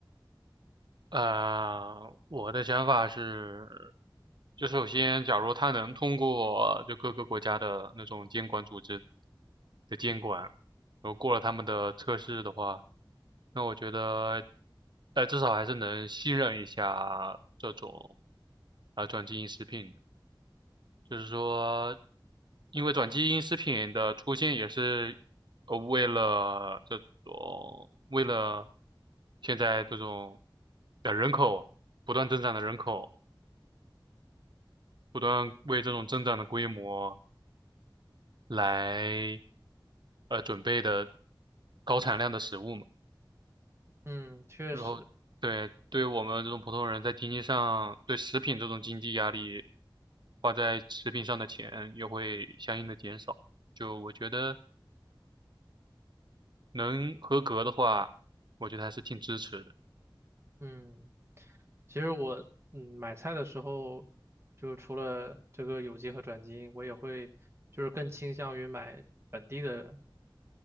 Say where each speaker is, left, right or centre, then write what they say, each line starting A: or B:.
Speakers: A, on the right; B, on the right.
A: 呃，我的想法是，就首先，假如他能通过就各个国家的那种监管组织的监管，然后过了他们的测试的话，那我觉得，呃，至少还是能信任一下这种啊转基因食品的。就是说，因为转基因食品的出现也是呃为了这种为了现在这种的人口不断增长的人口，不断为这种增长的规模来呃准备的高产量的食物嘛。
B: 嗯，确实，
A: 然后对对我们这种普通人在经济上对食品这种经济压力，花在食品上的钱也会相应的减少。就我觉得。能合格的话，我觉得还是挺支持的。
B: 嗯，其实我嗯买菜的时候，就除了这个有机和转基因，我也会就是更倾向于买。本地的。